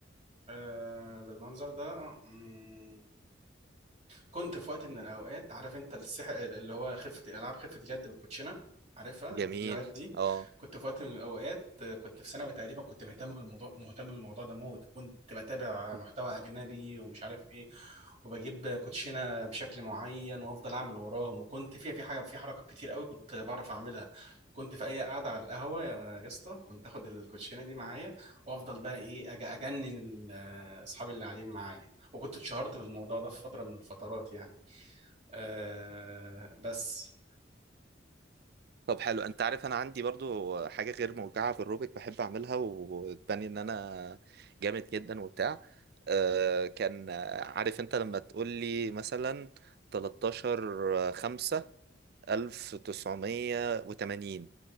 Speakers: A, on the right; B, on the right.
A: آه بالمنظر ده اه مم. كنت في وقت من الاوقات عارف انت السح... اللي هو خفه الالعاب خفه اليد بالكوتشينه عارفها الفيديوهات
B: جميل
A: دي
B: اه
A: كنت في وقت من الاوقات آه، كنت في ثانوي تقريبا كنت مهتم بالموضوع مهتم بالموضوع ده موت وكنت بتابع
B: امم
A: محتوى اجنبي ومش عارف ايه وبجيب كوتشينه بشكل معين وافضل اعمل وراهم وكنت فيها في حاجه في حركات كتير قوي كنت بعرف اعملها كنت في اي قاعده على القهوه يا يا اسطى كنت اخد الكوتشينه دي معايا وافضل بقى ايه أج- اجنن ال- اصحابي اللي قاعدين معايا وكنت اتشهرت في الموضوع ده في فترة من الفترات يعني أه بس
B: طب حلو انت عارف انا عندي برضو حاجه غير موجعه بالروبيك بحب اعملها وتبني ان انا جامد جدا وبتاع آه كان آه، عارف انت لما تقول لي مثلا 13 5 1980